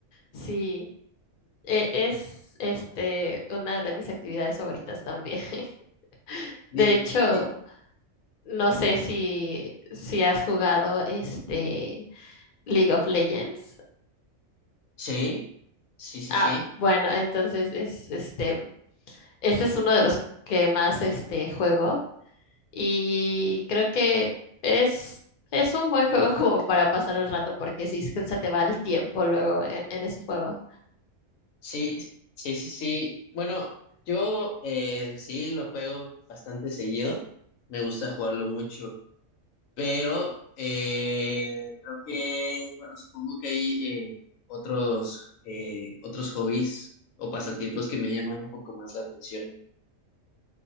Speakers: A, on the left; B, on the left.
A: Sí, e- es este una de mis actividades favoritas también. <laughs> De
B: Di-
A: hecho,
B: di-
A: no sé si si has jugado este League of Legends.
B: sí, sí, sí,
A: Ah,
B: sí.
A: bueno, entonces es este Ese es uno de los que más este juego y creo que es, es un buen juego <laughs> como para pasar el rato porque sí se se te va el tiempo luego en, en ese juego.
B: Sí, sí, sí, sí. Bueno, yo eh, sí lo juego bastante seguido. Me gusta jugarlo mucho. Pero eh, creo que, bueno, supongo que hay eh, otros, eh, otros hobbies o pasatiempos que me llaman un poco más la atención.